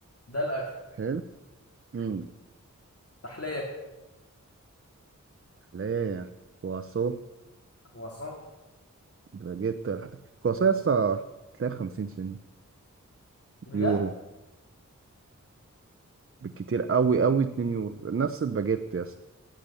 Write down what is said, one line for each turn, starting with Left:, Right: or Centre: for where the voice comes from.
Left: ده الاكل
Right: حلو امم
Left: تحليه
Right: ليه كواسو
Left: كرواسون
Right: باجيت كواسو يا اسطى تلاقي 50 سنت
Left: بجد
Right: يورو بالكتير قوي قوي 2 يورو نفس الباجيت يا اسطى